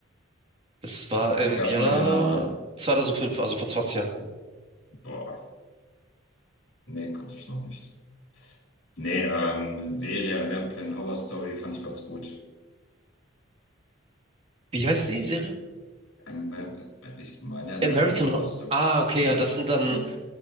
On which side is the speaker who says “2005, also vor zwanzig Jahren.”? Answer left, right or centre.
Right